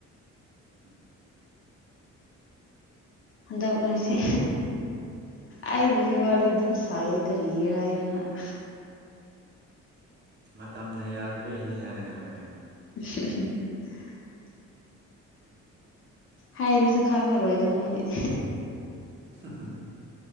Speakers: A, on the right; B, on the left.
A: ꯎꯝ
B: ꯑꯟꯗ ꯃꯁꯤꯦ ꯑꯩꯕꯨꯖꯤ ꯋꯥꯔꯤ ꯑꯗꯨꯝ ꯁꯥꯏ ꯀꯔꯤꯒꯦ ꯍꯥꯏꯔꯤꯕꯃ
A: ꯃꯇꯝꯅ ꯌꯥꯗꯕꯩꯅꯤ ꯍꯥꯏꯌ ꯍꯥꯏꯌꯦ
B: <unintelligible> ꯍꯥꯏꯔꯁꯨ ꯈꯪꯉꯔꯣꯏꯗ ꯃꯣꯏꯗꯤ
A: ꯎ